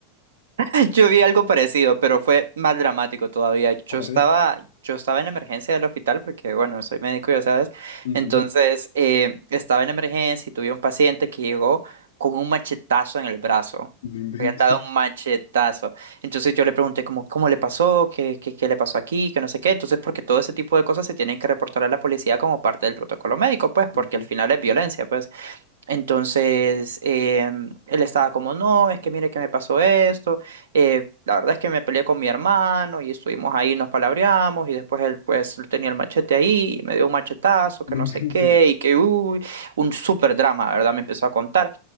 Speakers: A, on the right; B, on the left.
A: <laughs> Yo vi algo parecido, pero fue más dramático todavía. Yo
B: A
A: estaba,
B: ver.
A: yo estaba en la emergencia del hospital porque, bueno, soy médico, ya sabes.
B: Ujú.
A: Entonces, eh, estaba en la emergencia y tuve un paciente que llegó con un machetazo en el brazo.
B: No inventes.
A: Le habían dado un machetazo.
B: <laughs>
A: Entonces yo le pregunté como, ¿cómo le pasó? ¿Qué, qué, qué le pasó aquí? Que no sé qué. Entonces, porque todo ese tipo de cosas se tienen que reportar a la policía como parte del protocolo médico, pues, porque
B: Ok.
A: al final es violencia, pues. Entonces, em, él estaba como, no, es que mire que me pasó esto, eh, la verdad es que me peleé con mi hermano y estuvimos ahí, nos palabreamos y después él pues él tenía el machete ahí y me dio un machetazo, que
B: No
A: no
B: inventes.
A: sé qué y que, uy, un súper drama, ¿verdad? Me empezó a contar